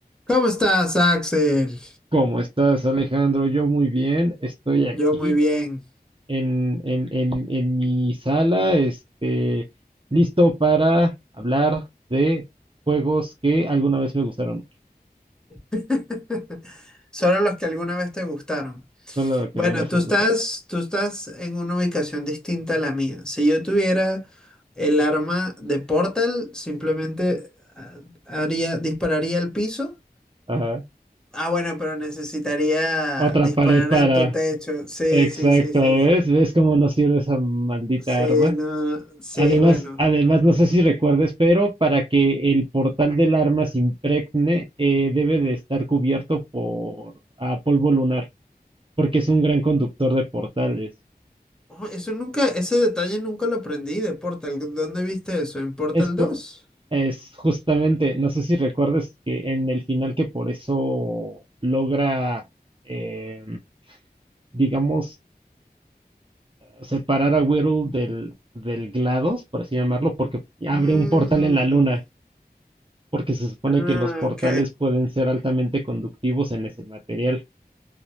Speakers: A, in the centre; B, on the right.
A: ¿Cómo estás, Axel?
B: ¿Cómo estás, Alejandro? Yo muy bien, estoy aquí
A: Yo muy bien.
B: en, en, en, en mi sala, este, listo para hablar de juegos que alguna vez me gustaron mucho,
A: <laughs> Solo los que alguna vez te gustaron.
B: solo que
A: Bueno,
B: alguna vez
A: tú
B: me
A: estás,
B: gustaron.
A: tú estás en una ubicación distinta a la mía. Si yo tuviera el arma de Portal, simplemente ah, haría, dispararía al piso.
B: Ajá.
A: Ah, bueno, pero necesitaría
B: Otra
A: disparar
B: pared para...
A: en tu techo. Sí,
B: Exacto,
A: sí, sí, sí,
B: ¿ves?
A: sí.
B: ¿Ves cómo nos sirve esa maldita
A: Sí,
B: arma?
A: no, no, sí,
B: Además,
A: bueno.
B: además, no sé si recuerdes, pero para que el portal del arma se impregne, eh, debe de estar cubierto por ah, polvo lunar. porque es un gran conductor de portales.
A: Oh, eso nunca, ese detalle nunca lo aprendí de Portal. ¿Dónde viste eso? ¿En Portal
B: Es, por-
A: dos.
B: es justamente, no sé si recuerdes que en el final que por eso logra, em, digamos, separar a Whirl del, del GLaDOS, por así llamarlo, porque abre
A: Mm,
B: un portal en la luna, porque se supone
A: ah,
B: que los portales
A: ok.
B: pueden ser altamente conductivos en ese material.